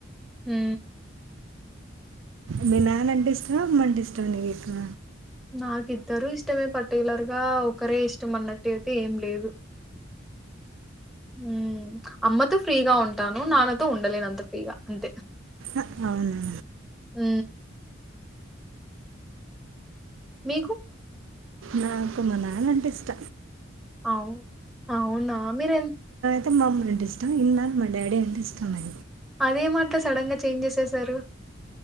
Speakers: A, in the centre; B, on the right.
A: ఊ
B: మీ నానంటే ఇష్టం అమ్మంటే ఇష్టం నీకు ఎక్కువ
A: నాకిద్దరు ఇష్టమే పర్టికులర్గా ఒకరే ఇష్టం అన్నట్టు అయితే ఏం లేదు ఉ అమ్మతో ఫ్రీగా ఉన్ టాను నాన్నతో ఉండలేను అంత ఫ్రీగా అంతే
B: అ అవును
A: ఊ మీకు
B: నాకు మా నాన్న అంటే ఇష్ట
A: అవ్ అవునా మీరెన్
B: తె మా అమ్మ అంటే ఇష్టం ఇన్న మా డాడీ అంటే ఇష్టమే
A: అదేమట్ల సడన్ గా చేంజ్ చేసేసారు